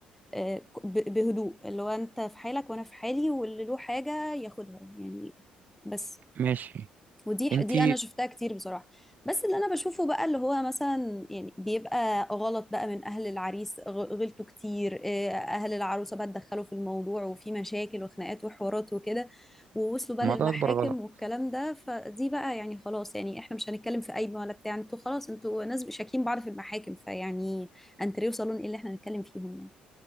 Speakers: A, in the centre; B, on the right.
A: آه، ب- بهدوء اللي هو انت في حالك وانا في حالي واللي له حاجه ياخدها يعني بس
B: ماشي
A: ودي
B: انت
A: دي انا شفتها كتير بصراحه بس اللي انا بشوفه بقى اللي هو مثلا يعني بيبقى غلط بقى من اهل العريس غ- غلطوا كتير إيه، اهل العروسه بقى اتدخلوا في الموضوع وفي مشاكل وخناقات وحوارات وكده ووصلوا بقى
B: ما
A: للمحاكم
B: ده اكبر غلط
A: والكلام ده فدي بقى يعني خلاص يعني احنا مش هنتكلم في قايمه ولا بتاع انتوا خلاص انتوا ناس شاكين بعض في المحاكم فيعني انتوا صالون ايه اللي احنا هنتكلم فيهم يعني